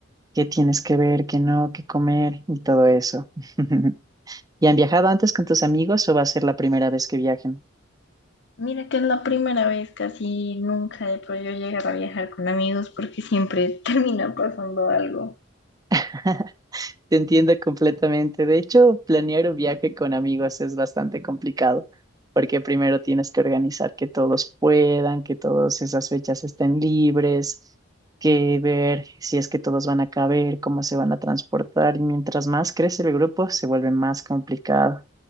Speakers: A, on the right; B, on the left.
A: qué tienes que ver, qué no, qué comer y todo eso. <laughs> ¿Y han viajado antes con tus amigos o va a ser la primera vez que viajen?
B: Mira que es la primera vez, casi nunca he podido llegar a viajar con amigos porque siempre <laughs> termina pasando algo.
A: <laughs> Te entiendo completamente. De hecho, planear un viaje con amigos es bastante complicado, porque primero tienes que organizar que todos puedan, que todas esas fechas estén libres, que ver si es que todos van a caber, cómo se van a transportar, y mientras más crece el grupo, se vuelve más complicado.